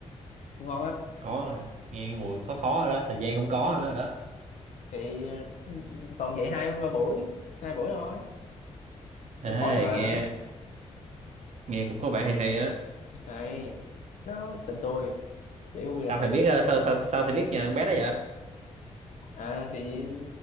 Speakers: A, on the left (about 80°); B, on the right (about 65°).
A: cũng ngon á
B: khó rồi. nghe cái mùi khó khó rồi đó thời gian không có nữa rồi đó
A: thì ờ, toàn dạy hai ba buổi hai buổi thôi
B: ê
A: buổi tối mà
B: nghe nghe cũng có vẻ hay hay á
A: này đó tình tôi chỉ vui
B: sao
A: là
B: thầy biết ờ, sao sao sao thầy biết nhà con bé đó vậy
A: à thì